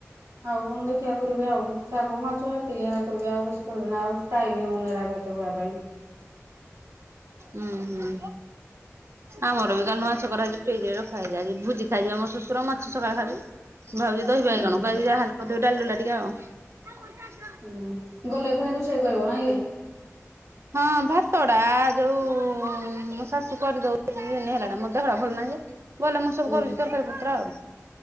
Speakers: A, on the right; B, on the right.
A: ଆଉ କଣ ଦେଖିବା କରିବି ଆଉ। ଶାଗ, ମାଛ ଏତିକି ହେରା କରିବି ଆଉ ବେଶୀ କରିବିନି ଆଉ ଟାଇମ ହଉନି ଏରାକ ଏତେ କରିବା ପାଇଁ।
B: ଉଁ ହୁଁ। ଆମର ବି କାଲି ଠୁ ମାଛ କରା ହେଇକି ଫ୍ରିଜ ରେ ରଖା ଆଜି ଭୋଜି ଖାଇ ଯିବେ ମୋ ଶୋଶୁର ମାଛ ସକାଳେ ଖାଇବେ। ମୁ ଭାବୁଛି ଦହିବାଇଗଣ
A: ହୁଁ
B: କୁ ଆଜି ଯା ହେଲେ କରିଦେବି ଡାଲି ଡୁଲା ଟିକେ ଆଉ। <unintelligible>
A: ହୁଁ, ଗଲେ ପୁଣି ରୁଷେଇ କରିବ ନାଇଁ କି।
B: ହଁ, ଭାତଡା ଯୋଉ ଶାଶୁ କରିଦଉ ହେଲାଣି ମୋ ଦେହଟା ଭଲ ନାହିଁ ଯେ ଗଲେ, ମୁଁ ସବୁ
A: ହୁଁ।
B: କରୁଛି ତରକାରୀ ପତ୍ର ଆଉ।